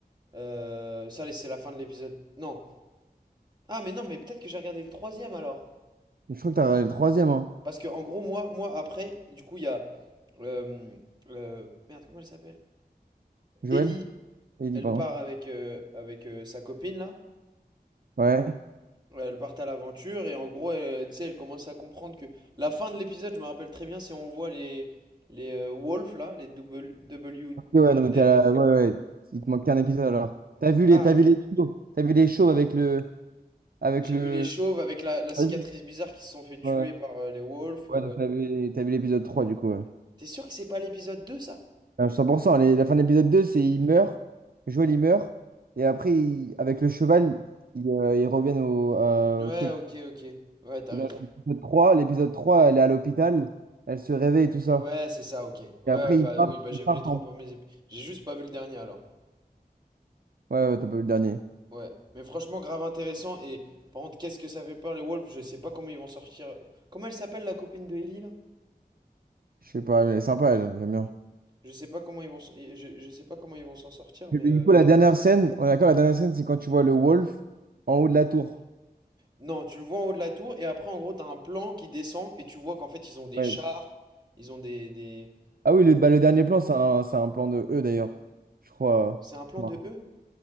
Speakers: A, on the right; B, on the right.
A: Euh, ça, c'est la fin de l'épisode. Non. Ah, mais non, mais peut-être que j'ai regardé le troisième alors.
B: Je crois que t'as regardé le troisième, hein.
A: Parce que, en gros, moi, moi après, du coup, il y a. euh, euh, merde, comment elle s'appelle?
B: Joël?
A: Ellie,
B: Il dit,
A: elle
B: pardon.
A: part avec, euh, avec euh, sa copine là.
B: Ouais.
A: Ouais, elles partent à l'aventure et en gros, elles, tu sais, elles commencent à comprendre que la fin de l'épisode, je me rappelle très bien, c'est on voit les les euh, wolves là, les double- WLF.
B: Ok, ouais, non, mais t'es à la... ouais, ouais. ouais. Il te manque qu'un épisode alors. T'as vu
A: Ah
B: les, t'as
A: ok.
B: vu les shows. T'as vu les shows avec le. Avec
A: J'ai
B: le.
A: vu les chauves avec la, la cicatrice
B: Ouais,
A: bizarre qui se sont fait tuer
B: ouais,
A: par euh, les wolves.
B: Ouais,
A: euh, ouais.
B: donc t'as vu, t'as vu l'épisode 3 du coup. Ouais.
A: T'es sûr que c'est pas l'épisode 2 ça?
B: Ah, 100%. les- La fin de l'épisode 2 c'est il meurt. Joël, il meurt. Et après, il- avec le cheval, ils euh, ils reviennent au, euh,
A: Ouais,
B: au truc.
A: ok, ok. Ouais, t'as
B: Et
A: raison.
B: dans l'épisode trois l'épisode trois elle est à l'hôpital. Elle se réveille et tout ça.
A: Ouais, c'est ça, ok. Ouais,
B: Et après,
A: bah
B: ils partent,
A: oui, bah
B: ils
A: j'ai
B: partent
A: vu les trois
B: en.
A: premiers épisodes. J'ai juste pas vu le dernier alors.
B: Ouais, ouais, t'as pas vu le dernier.
A: Ouais. Mais franchement, grave intéressant. Et par contre, qu'est-ce que ça fait peur les wolves? Je sais pas comment ils vont sortir. Comment elle s'appelle la copine de Ellie là?
B: Je sais pas, mais elle est sympa, elle, j'aime bien.
A: Je sais pas comment ils vont, s- et je, je sais pas comment ils vont s'en sortir, mais
B: Et Du
A: euh,
B: coup, la dernière scène, on est d'accord, la dernière scène, c'est quand tu vois le Wolf en haut de la tour.
A: non, tu le vois en haut de la tour et après en gros t'as un plan qui descend et tu vois qu'en fait ils ont des
B: Ouais.
A: chars, ils ont des, des-
B: Ah oui, le, bah, le dernier plan, c'est un, c'est un plan de eux d'ailleurs. Je crois.
A: c'est un plan
B: Ouais.
A: de eux?